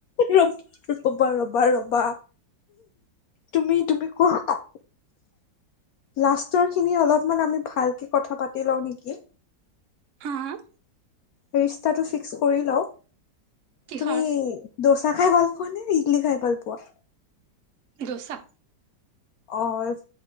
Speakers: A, on the left; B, on the right.
A: ৰবা ৰ'বা ৰ'বা ৰ'বা তুমি তুমি কোৱা লাষ্টৰখিনি অলপমান আমি ভালকে কথা পাতি লওঁ নেকি?
B: হম হম?
A: ৰিষ্টাটো ফিক্স কৰি লওঁ।
B: কিহৰ
A: তুমি দৌচা খাই ভাল পোৱা নে ইডলি খাই ভাল পোৱা?
B: দৌচা।
A: অ',